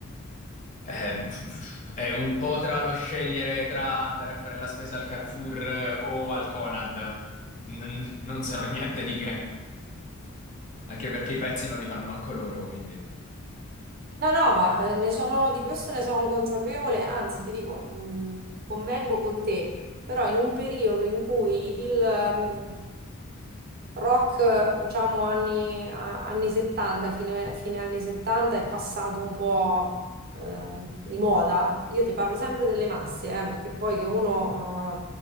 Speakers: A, on the left; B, on the right.
A: eh, è un po' tra lo scegliere tra andare a fare la spesa al Carrefour eh, o al Conad. N- non sono niente di che, anche perché i pezzi non li fanno manco loro, quindi...
B: No, no, ma eh, ne sono, di questo ne sono consapevole, anzi ti dico, mh, convengo con te, però in un periodo in cui il, mm, rock, diciamo, anni, a- anni 70, fine, fine anni 70, è passato un po' eh, di moda. Io ti parlo sempre delle masse, eh, perché poi che uno,